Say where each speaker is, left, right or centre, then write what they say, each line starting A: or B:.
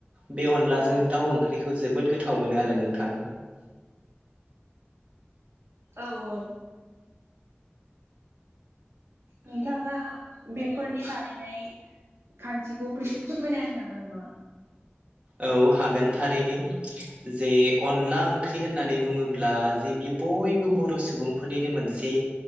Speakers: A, on the right; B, on the right.
A: बे अनलाजों
B: औ
A: दाउ ओंख्रिखौ जोबोद गोथाव मोनो आरो नोंथां।
B: औ औ। नोंथाङा बे फोरनि बानायनाय खान्थिखौ फोरसे फोरमायना होनो हागोन नामा?
A: औ हागोन थारैनो। जे अनला ओंख्रि होननानै बुङोब्ला जे बियो बयबो बर' सुबुंफोरनिनो मोनसे